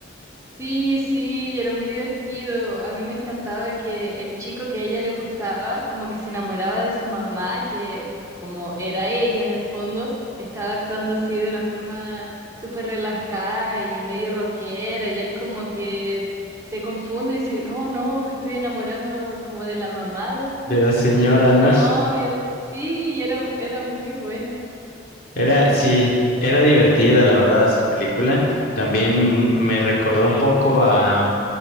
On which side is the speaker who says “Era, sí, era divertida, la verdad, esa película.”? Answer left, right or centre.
Left